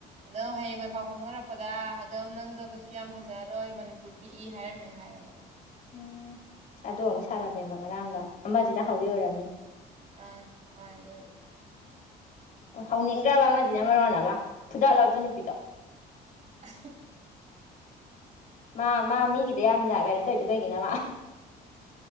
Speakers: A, on the right (about 45°); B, on the left (about 55°).
A: ꯑꯗꯨꯝ ꯍꯌꯦꯡꯋꯥꯢ ꯄꯥꯎ ꯐꯣꯡꯅꯔꯛꯄꯗ ꯑꯗꯨꯝ ꯅꯪꯗꯣ ꯀꯩꯁꯨ ꯌꯥꯝ ꯐꯖꯔꯣꯏ ꯃꯅꯤꯄꯨꯔ ꯄꯤꯛꯏ ꯍꯥꯏꯔꯝꯃꯦ ꯍꯥꯏꯌꯦꯕ
B: ꯎꯝ ꯑꯗꯨ ꯑꯃꯨꯛ ꯁꯥꯔꯝꯃꯦꯕ ꯉꯔꯥꯡꯗꯣ ꯑꯃꯁꯤꯅ ꯍꯧꯔꯤ ꯑꯣꯏꯔꯝꯅꯤ
A: ꯑꯝ ꯃꯥꯅꯦ ꯑꯗꯨꯕꯨꯗꯤ
B: ꯎꯝ ꯍꯧꯅꯤꯡꯗ꯭ꯔꯕ ꯑꯃꯁꯤꯅ ꯃꯔꯣꯟ ꯑꯃ ꯐꯨꯗꯥꯠꯂꯣ ꯑꯗꯨ ꯅꯨꯄꯤꯗꯣ
A: ꯑ <unintelligible>
B: ꯃꯥ ꯃꯥ ꯃꯤꯒꯤꯗ ꯌꯥꯝꯅ ꯀꯩꯅꯣ ꯇꯧꯔꯤꯗꯣ ꯀꯩꯒꯤꯅꯣ ꯃꯥ